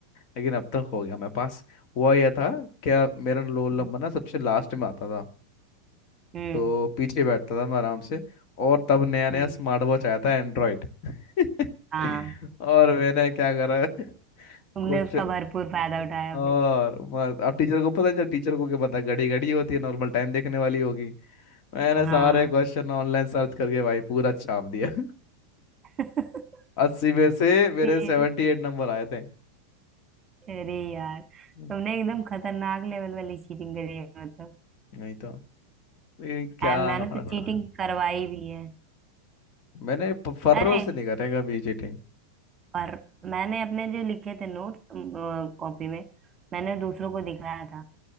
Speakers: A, on the left; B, on the right.
A: लेकिन अब तक हो गया मेरे पास हुआ यह था क्या मेरा रोल
B: <laughs>
A: नंबर ना सबसे लास्ट में आता था
B: हम्म
A: तो पीछे बैठता था मैं आराम से और तब नया नया
B: हम्म
A: स्मार्ट वॉच आया था एंड्रॉइड <laughs>
B: हाँ
A: और मैंने क्या करा
B: तुमने
A: कुछ
B: उसका भरपूर फायदा उठाया
A: और
B: फिर
A: बस, अब टीचर को पता नहीं चला टीचर को क्या पता घड़ी घड़ी होती है नॉर्मल टाइम देखने वाली होगी मैंने
B: हाँ
A: सारे क्वेश्चन ऑनलाइन सर्च करके भाई पूरा छाप दिया <laughs>
B: <laughs>
A: अस्सी में से मेरे
B: फिर-
A: सेवेंटी एट नंबर आए थे
B: अरे यार
A: हम्म,
B: तुमने एकदम खतरनाक लेवल वाली चीटिंग करी है मतलब
A: नहीं तो ये क्या
B: आ, मैंने
A: फर्क
B: तो चीटिंग
A: पड़ता
B: करवाई भी है
A: मैंने प- फर्रों
B: अरे
A: से नहीं करेगा भी चीटिंग
B: पर मैंने अपने जो लिखे थे नोट्स कॉपी में मैंने दूसरों को दिखाया था